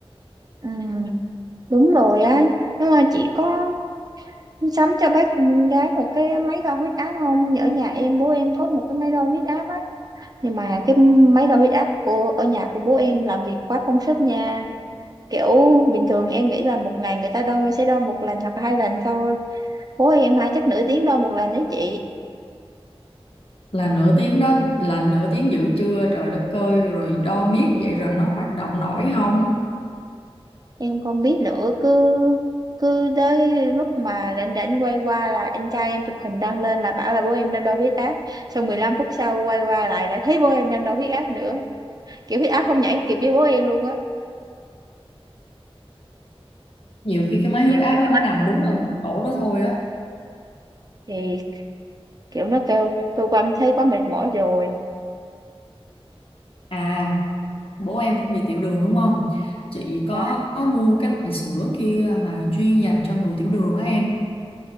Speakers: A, on the right; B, on the left.
A: ừ đúng rồi á nhưng mà chị có sắm cho bác con gái một cái máy đo huyết áp không ở nhà em bố em có một cái máy đo huyết áp á nhưng mà cái máy đo huyết áp của ở nhà của bố em làm việc quá công suất nha kiểu bình thường em nghĩ là một ngày người ta đo sẽ đo một lần hoặc là hai lần thôi bố em hả chắc nửa tiếng đo một lần đấy chị
B: Là nửa tiếng đó là nửa tiếng dữ chưa trời đất ơi rồi đo miết vậy rồi nó hoạt động nổi không?
A: em không biết nữa cứ cứ tới lúc mà rảnh rảnh quay qua là anh trai em chụp hình đăng lên là bảo là bố em đang đo huyết áp xong 15 phút sau quay qua lại là thấy bố em đang đo huyết áp nữa kiểu huyết áp không nhảy kịp với bố em luôn á
B: Nhiều khi cái máy huyết
A: nhiều
B: áp
A: khi
B: đó
A: cái
B: nó
A: mắt
B: nằm đúng ở một chỗ đó thôi á.
A: thì kiểu nó kêu tôi cảm thấy quá mệt mỏi rồi
B: À bố em cũng bị tiểu đường đúng không chị
A: dạ
B: có mua cái loại sữa kia mà chuyên dành cho người tiểu đường á em